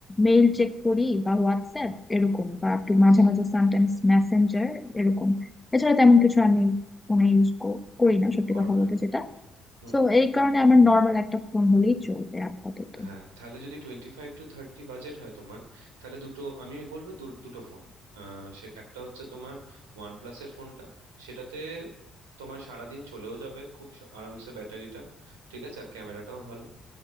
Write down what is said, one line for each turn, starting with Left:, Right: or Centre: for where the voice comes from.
Left: মেইল চেক করি বা হোয়াটসঅ্যাপ
Right: হুম
Left: এরকম বা একটু
Right: ব্যাস
Left: মাঝে মাঝে সামটাইমস মেসেঞ্জার এরকম এছাড়া তেমন কিছু আমি ফোনে ইউজ করি না সত্যি
Right: করা
Left: কথা
Right: হয়
Left: বলতে
Right: না
Left: যেটা
Right: হুম
Left: তো এই কারণে আমার নর্মাল একটা ফোন হলেই চলবে আপাতত
Right: হ্যাঁ তাহলে যদি টোয়েন্টি ফাইভ টু থার্টি বাজেট হয় তোমার তাহলে দুটো আমি বলবো দু- দুটো ফোন সে একটা হচ্ছে তোমার ওয়ান প্লাসের ফোনটা সেটাতে তোমার সারাদিন চলেও যাবে খুব স- আরামসে ব্যাটারিটা ঠিক আছে আর ক্যামেরাটাও ভালো